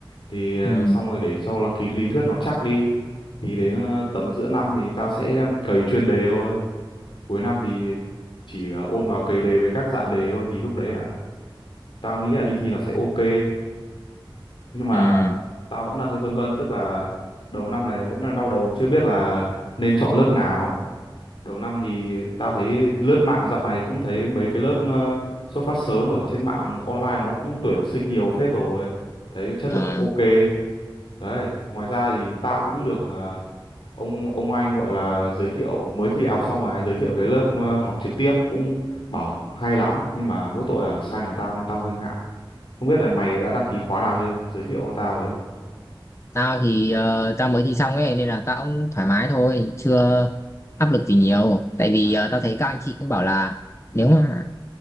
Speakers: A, on the left; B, on the left.
A: thì ờ,
B: ừ
A: xong rồi để cho là cái lý thuyết nó chắc đi thì đến ờ, tầm giữa năm thì tao sẽ ờ, cày chuyên đề thôi cuối năm thì chỉ ờ, ôn vào cày đề với các dạng đề thôi thì lúc đấy là tao nghĩ là đi thi nó sẽ ok nhưng mà
B: ừ
A: tao vẫn đang hơi phân vân tức là đầu năm này, này vẫn đang đau đầu chưa biết là nên chọn lớp nào đầu năm thì tao thấy lướt mạng dạo này cũng thấy mấy cái lớp ờ, xuất phát sớm ở trên mạng online nó cũng tuyển sinh nhiều phết rồi thấy chất
B: Ờ
A: lượng cũng ok đấy ngoài ra thì tao cũng được ờ, ông ông anh gọi là giới thiệu mới thi đại học xong rồi giới thiệu cái lớp ờ, học trực tiếp cũng bảo hay lắm nhưng mà mỗi tội là xa nhà tao nên tao hơi ngại không biết là mày đã đăng ký khóa nào chưa giới thiệu cho tao với
B: Tao thì ờ, tao mới thi xong ấy nên là tao cũng thoải mái thôi, chưa áp lực gì nhiều. Tại vì
A: à,
B: ờ, tao thấy các anh chị cũng bảo là nếu mà